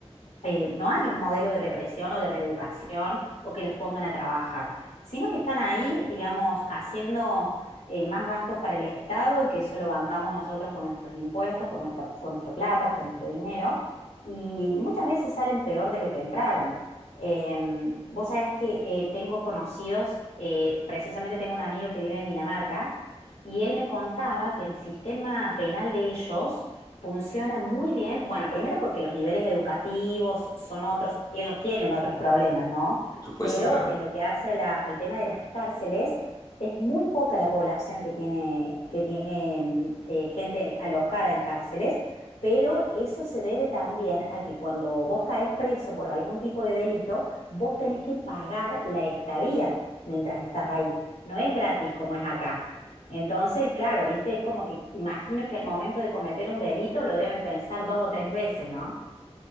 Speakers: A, on the left; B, on the left.
A: eh, no hay un modelo de represión o de reeducación o que los pongan a trabajar, sino que están ahí, digamos, haciendo eh, más gastos para el Estado que solo bancamos nosotros con nuestros impuestos, con nuestra, con nuestra plata, con nuestro dinero, y muchas veces salen peor de lo que entraron. Em, vos sabés que eh, tengo conocidos, eh, precisamente tengo un amigo que vive en Dinamarca, y él me contaba que el sistema penal de ellos Funciona muy bien. Bueno, primero porque los niveles educativos son otros, ellos tienen otros problemas, ¿no?
B: por supuesto,
A: Pero
B: claro.
A: en lo que hace la- al tema de las cárceles, es muy poca la población que tiene, que tiene mm, eh, gente alojada en cárceles, pero eso se debe también a que cuando vos caes preso por algún tipo de delito, vos tenés que pagar la estadía mientras estás ahí. No es gratis como es acá. Entonces, claro, viste, es como que imagino que al momento de cometer un delito lo deben pensar dos o tres veces, ¿no?